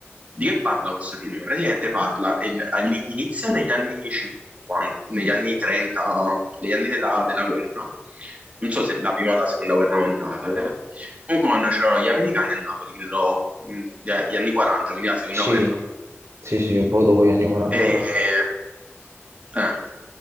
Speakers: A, on the right; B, on the right.
A: Di che parla questo film? Praticamente parla, è il- all'ini- inizia negli anni 50, negli anni 30, negli anni della, della guerra. Non so se la prima o la seconda guerra mondiale. Comunque quando c'erano gli americani a Napoli, credo, mh, gli gli anni 40, quindi la seconda
B: sì,
A: guerra.
B: sì, sì, un po' dopo gli anni 40.
A: E,
B: forse.
A: eh,